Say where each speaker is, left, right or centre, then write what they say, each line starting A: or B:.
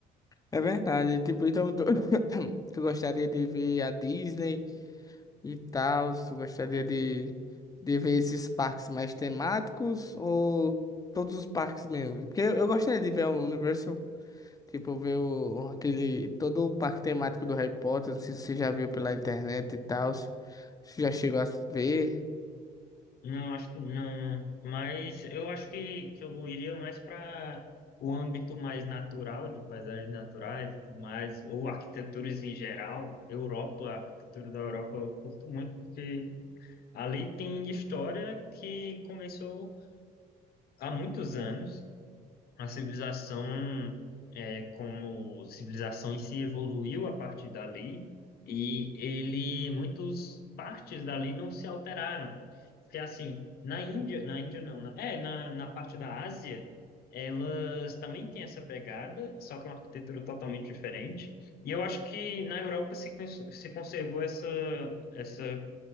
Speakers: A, on the left (about 20°); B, on the left (about 65°).
A: é verdade. Tipo, então tu, <coughs> tu gostaria de ver a Disney e tal, tu gostaria de, de ver esses parques mais temáticos ou todos os parques mesmo? Porque eu, eu gostaria de ver a Universal Tipo, ver o, aquele, todo o parque temático do Harry Potter, não sei se você já viu pela internet e tal, se se já chegou a ver.
B: Não, acho que não, não. Mas eu acho que, que eu iria mais para o âmbito mais natural, de paisagens naturais e tudo mais, ou arquiteturas em geral. Europa, a arquitetura da Europa eu curto muito, porque Ali tem história que começou há muitos anos. A civilização, é, como civilização em si, evoluiu a partir dali e ele, muitas partes dali não se alteraram. Porque assim, na Índia, na Índia não, na- é, na, na parte da Ásia, elas também têm essa pegada, só que é uma arquitetura totalmente diferente. E eu acho que na Europa se, cons- se conservou essa, essa